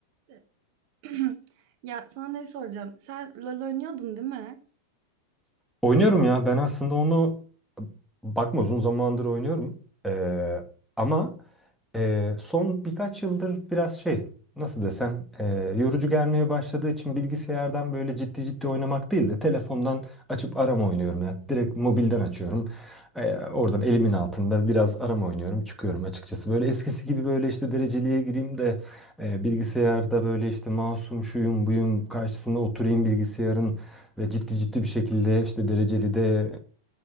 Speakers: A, on the right; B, in the centre.
A: Se <clears throat> Ya, sana ne soracağım? Sen LoL oynuyordun, değil mi?
B: Oynuyorum ya. Ben aslında onu bakma uzun zamandır oynuyorum. Ee, ama e, son birkaç yıldır biraz şey nasıl desem e, yorucu gelmeye başladığı için bilgisayardan böyle ciddi ciddi oynamak değil de telefondan açıp arama oynuyorum ya. Direkt mobilden açıyorum. Ee, oradan elimin altında biraz arama oynuyorum. Çıkıyorum açıkçası. Böyle eskisi gibi böyle işte dereceliğe gireyim de e, bilgisayarda böyle işte mouse'um şuyum buyum karşısına oturayım bilgisayarın ve ciddi ciddi bir şekilde işte dereceli de